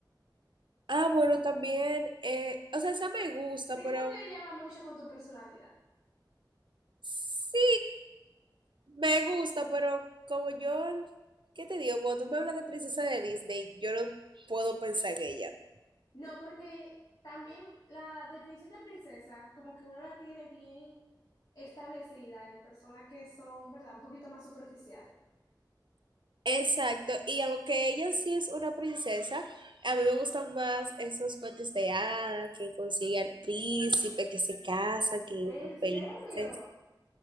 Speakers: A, on the right; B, on the left.
A: Ah, bueno, también, eh, o sea, esa me gusta,
B: Siento
A: pero
B: que ella va mucho con tu personalidad.
A: sí. Me gusta, pero como yo, ¿qué te digo? Cuando tú me hablas de princesa de Disney, yo no puedo pensar en ella.
B: No, porque también la definición de princesa, como que uno la tiene bien establecida en personas que son, ¿verdad?, un poquito más superficiales.
A: Exacto, y aunque ella sí es una princesa, a mí me gustan más esos cuentos de hadas que consigue al príncipe, que se casa, que viven
B: ¿En serio?
A: felices.